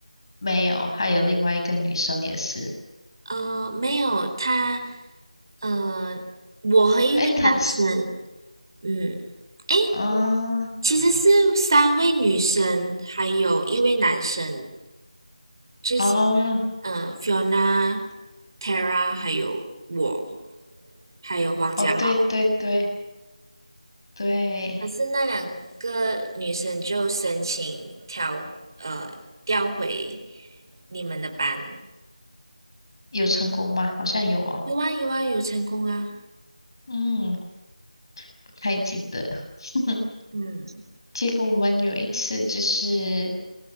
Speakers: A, on the left (about 40°); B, on the right (about 35°).
A: 没有，还有另外一个女生也是。
B: 呃，没有他，呃，我和一位男生，
A: 诶，她
B: 嗯，诶，
A: 啊
B: 其实是三位女生，还有一位男生，就是
A: 啊
B: 呃，Fiona、Tara 还有我，还有黄家豪。
A: 哦，对对对对，
B: 可是那两个女生就申请调呃调回你们的班，
A: 有成功吗？好像有哦，
B: 有啊有啊有成功啊，
A: 嗯，不太记得。<laughs>
B: 嗯
A: 结果我们有一次就是